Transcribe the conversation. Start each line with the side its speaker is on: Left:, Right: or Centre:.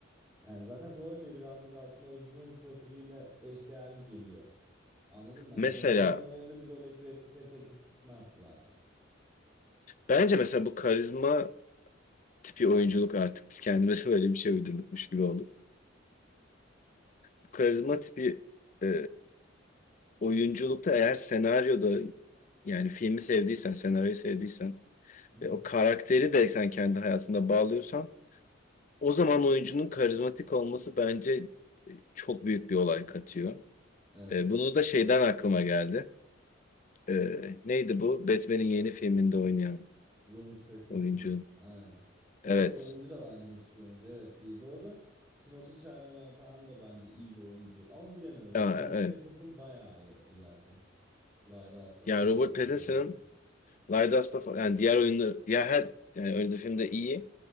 Centre: Yani zaten rol de birazcık aslında oyuncunun profiliyle eşdeğerli geliyor. Anladın mı? Hani
Left: Mesela
Centre: James McAvoy'un oynadığı bir role Brad Pitt'e teklif gitmez zaten.
Left: bence mesela bu karizma tipi oyunculuk artık biz kendimize <laughs> böyle bir şey uydurdukmuş gibi olduk. Bu karizma tipi e, oyunculukta eğer senaryoda yani filmi sevdiysen, senaryoyu sevdiysen
Centre: <laughs>
Left: ve o karakteri de sen kendi hayatında bağlıyorsan o zaman oyuncunun karizmatik olması bence e, çok büyük bir olay katıyor.
Centre: Evet.
Left: E, bunu da şeyden aklıma geldi. E, neydi bu? Batman'in yeni filminde oynayan
Centre: Robert Pattinson
Left: oyuncu.
Centre: mu Aynen. O
Left: Evet.
Centre: oyuncu da bence müthiş bir oyuncu. Evet iyi. Bu arada Timothée Chalamet falan da bence iyi bir oyuncu. Ama bilemiyorum. Yani
Left: Aa,
Centre: Robert
Left: evet.
Centre: Pattinson bayağı iyi özellikle. Lighthouse'da
Left: Yani
Centre: falan
Left: Robert
Centre: da bu çok
Left: Pattinson'ın
Centre: iyiydi.
Left: Light of yani diğer oyunlar diğer her yani oynadığı filmde iyi.